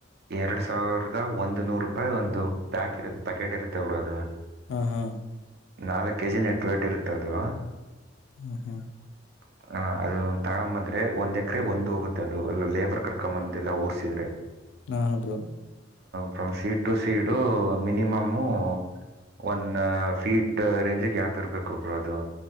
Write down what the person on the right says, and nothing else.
ಎರಡು ಸಾವಿರದ ಒಂದು ನೂರು ರೂಪಾಯಿ ಒಂದು ಪ್ಯಾಕ್ ಇರುತ್ತೆ ಪ್ಯಾಕೆಟ್ ಇರುತ್ತೆ ಅವರು ಅದು.
ನಾಲ್ಕು ಕೆ ಜಿ ನೆಟ್ ವೇಟ್ ಇರುತ್ತೆ ಅದು.
<inaudible> ಹ ಅದ ತಗೊ ಬಂದ್ರೆ ಒಂದ್ ಎಕರೆ ಒಂದ್ ಹೋಗುತ್ತೆ ಅದು ಲೇಬರ್ ಕರ್ಕೊಂಡೊಂಬಂದ ಎಲ್ಲ ಊರ್ಸಿದ್ರೆ. <inaudible>
from seed to seed minimum. One feet range app ಇರ್ಬೇಕು ಬ್ರೋ ಅದು.